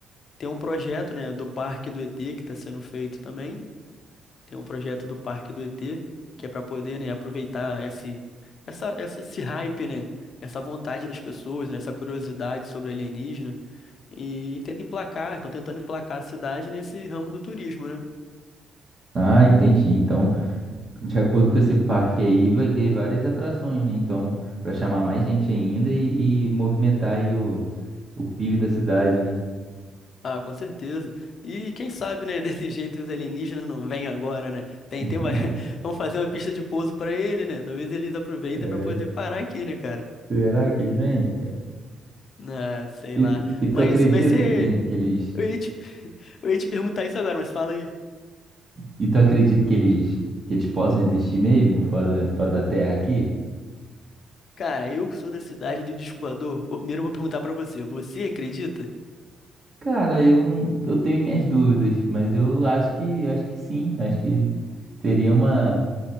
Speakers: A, on the left; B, on the right.
A: tem um projeto, né, do Parque do ET que está sendo feito também. Tem um projeto do Parque do ET, que é para poder, né, aproveitar esse, essa, essa, esse hype, né? Essa vontade das pessoas, né, essa curiosidade sobre alienígena. E tenta emplacar, estão tentando emplacar a cidade nesse ramo do turismo, né?
B: Ah, entendi. Então, de acordo com esse parque aí, vai ter várias atrações, né? Então, pra chamar mais gente ainda e, e movimentar aí o, o PIB da cidade, né?
A: Ah, com certeza. E quem sabe, né, <laughs> desse jeito os alienígenas não vêm agora, né? Tem,
B: <laughs>
A: tem, vai... <laughs> Vamos fazer uma pista de pouso pra ele, né? Talvez eles aproveitem
B: É.
A: pra poder parar aqui, né, cara?
B: Será que vem?
A: Ah, sei
B: E,
A: lá.
B: tu- e tu
A: Mas,
B: acredita
A: mas você...
B: que, que eles.
A: Eu ia te... <laughs> eu ia te perguntar isso agora, mas fala aí.
B: E tu acredita que eles que eles possam existir mesmo fora da, fora da Terra aqui?
A: Cara, eu que sou da cidade do Descubador, eu primeiro vou perguntar pra você. Você acredita?
B: Cara, eu, eu tenho minhas dúvidas, mas eu acho que acho que sim. Acho que seria uma,